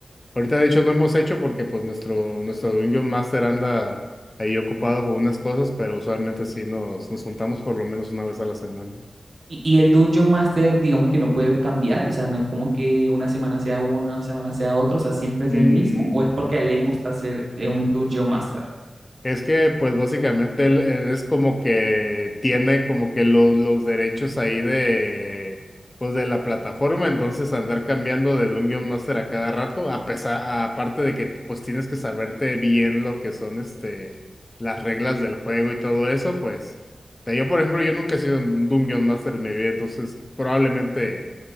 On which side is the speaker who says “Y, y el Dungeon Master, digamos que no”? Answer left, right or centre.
Right